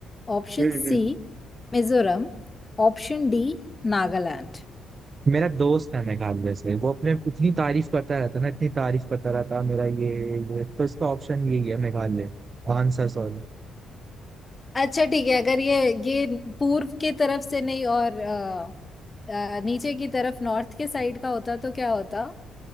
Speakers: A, on the left (about 25°); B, on the right (about 40°).
A: option
B: हम्म।
A: C
B: हम्म।
A: Mizoram option D Nagaland
B: मेरा दोस्त है मेघालय से वो अपने इतनी तारीफ करता रहता ना इतनी तारीफ करता रहता मेरा ये ये तो इसका ऑप्शन यही है मेघालय Answer sorry
A: अच्छा ठीक है अगर ये ये पूर्व के तरफ से नहीं और अ, अ, नीचे की तरफ नॉर्थ के साइड का होता तो क्या होता